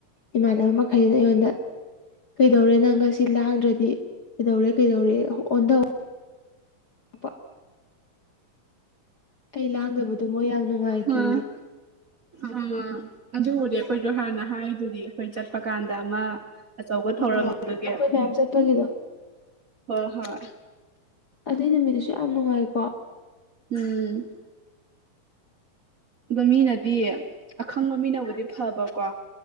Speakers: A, on the left; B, on the right.
A: ꯏꯃꯥꯟꯅꯕ ꯃꯈꯩꯁꯤꯅ ꯑꯩꯉꯣꯟꯗ ꯀꯩꯗꯧꯔꯦ? ꯅꯪ ꯉꯁꯤ ꯂꯥꯡꯗ꯭ꯔꯗꯤ ꯀꯩꯗꯧꯔꯦ ꯀꯩꯗꯧꯔꯦ ꯑꯣꯟꯊꯧ <unintelligible> ꯑꯩ ꯂꯥꯡꯗꯕꯗꯣ ꯃꯣꯏ ꯌꯥꯝ ꯅꯨꯡꯉꯥꯏꯇꯦꯌꯦ꯫
B: ꯎꯝ ꯎꯝ ꯑꯗꯨꯕꯨꯗꯤ ꯑꯩꯈꯣꯏꯁꯨ ꯍꯥꯟꯅ ꯍꯥꯏꯗꯨꯗꯤ ꯑꯩꯈꯣꯏ ꯆꯠꯄ ꯀꯥꯟꯗ ꯑꯃ, ꯑꯆꯧꯕ
A: ꯎꯝ
B: ꯊꯧꯔꯝꯗꯨꯒꯤ
A: ꯍꯣꯏ ꯑꯩꯈꯣꯏ ꯃꯌꯥꯝ ꯆꯠꯄꯒꯤꯗꯣ
B: ꯍꯣꯏ ꯍꯣꯏ꯫
A: ꯑꯗꯨꯏ ꯅꯨꯃꯤꯠꯇꯨꯁꯨ ꯌꯥꯝ ꯅꯨꯡꯉꯥꯏꯀꯣ꯫
B: ꯎꯝ ꯑꯗꯣ ꯃꯤꯅꯗꯤ ꯑꯈꯪꯕ ꯃꯤꯅꯕꯨꯗꯤ ꯐꯕꯀꯣ